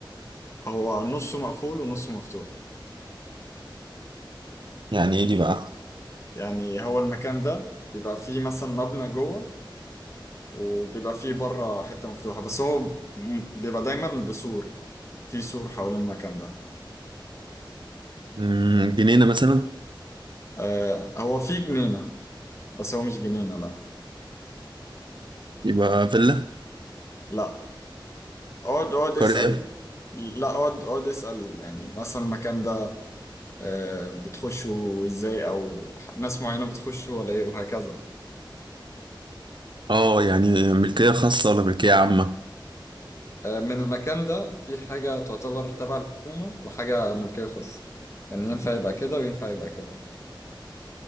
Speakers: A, on the left; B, on the right.
A: هو نصه مقفول ونصه مفتوح
B: يعني ايه دي بقى
A: يعني هو المكان ده بيبقى فيه مثلا مبنى جوه وبيبقى فيه بره حتة مفتوحة بس هو م- بيبقى دايما بسور في سور حوالين المكان ده
B: مم، جنينة مثلا
A: آه هو فيه جنينة بس هو مش جنينة لا
B: يبقى فيلا
A: لا اقعد اقعد
B: قرية
A: اسأل لا اقعد اقعد اسأل يعني مثلا المكان ده آه، بتخشوا ازاي او ناس معينة بتخشوا ولا ايه وهكذا
B: اه يعني ملكية خاصة ولا ملكية عامة
A: آه، من المكان ده في حاجة تعتبر تبع الحكومة وحاجة ملكية خاصة يعني ينفع يبقى كده وينفع يبقى كده